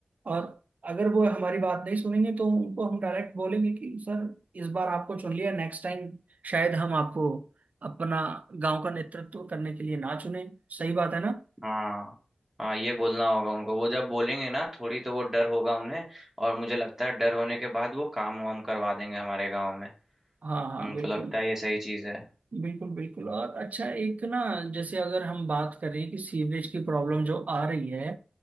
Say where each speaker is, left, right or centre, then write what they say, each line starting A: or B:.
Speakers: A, on the right; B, on the right.
A: और अगर वो हमारी बात नहीं सुनेंगे तो उनको हम डायरेक्ट बोलेंगे कि सर इस बार आपको चुन लिया नेक्स्ट टाइम शायद हम आपको अपना गांव का नेतृत्व करने के लिए ना चुने सही बात है ना
B: हाँ हाँ ये बोलना होगा उनको वो जब बोलेंगे ना थोड़ी तो वो डर होगा उन्हें और मुझे लगता है डर होने के बाद वो काम वाम करवा देंगे हमारे गांव में
A: हाँ हाँ
B: उनको
A: बिल्कुल
B: लगता है ये सही चीज है
A: बिल्कुल बिल्कुल और अच्छा एक ना जैसे अगर हम बात करें कि सीवरेज की प्रॉब्लम जो आ रही है